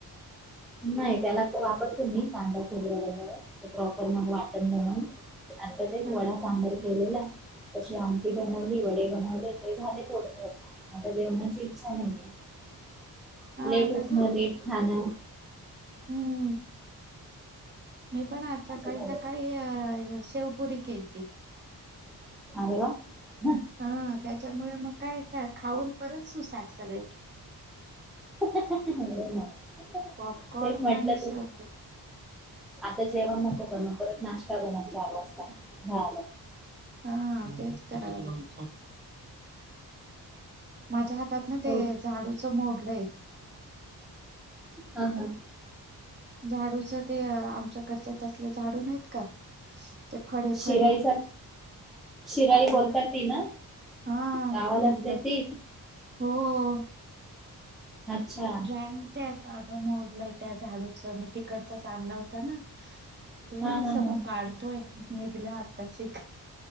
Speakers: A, in the centre; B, on the right.
A: <inaudible> नाही त्याला तर वापरते मी कांदा खोबरं वगैरे, ते प्रॉपर मग वाटण बाणवून. आता तेच
B: हा
A: वडा सांबार की केलेला <inaudible> तशी आमटी बनवली, वडे बनवले, ते झाले थोडे बाणवून आता जेवणाची इच्छा नाहीेय, <inaudible>
B: हा
A: <inaudible> लेट
B: तसं
A: उठण
B: होतं
A: लेट खान. <inaudible>
B: <inaudible> हम्म. <inaudible> मी पण आज सकाळी-सकाळी
A: असं झालं.
B: अ शेवपुरी केलती, <inaudible>
A: <inaudible> आरे वा! <inaudible>
B: <inaudible> हा त्याच्यामुळे मग काय स, खाऊन परत सुसाट सगळे, <inaudible>
A: <unintelligible>
B: पॉपकॉर्न
A: तेच म्हटलं
B: आणि
A: तू
B: शेवपुरी
A: आता जेवण नको बनवू, परत नाश्टा बनव चार वास्ता हा.
B: हा तेच करायलोय. माझ्या हातात ना
A: मग
B: ते, झाडूच मोडलंय.
A: हा हा.
B: झाडूचं ते आमच्याकडचं तसलं झाडू नाहीत? का ते फडे
A: शिराई
B: फडे
A: सार शिराई
B: हा
A: बोलतात ती ना
B: हा
A: गावाला
B: निघलं.
A: असते ती
B: हो.
A: अच्छा
B: <unintelligible> त्या झाडूचं मी तिकडचाच आणला होता ना.
A: हा
B: ते
A: हा
B: समु
A: हा
B: काढतोय. निघलं आता शिख.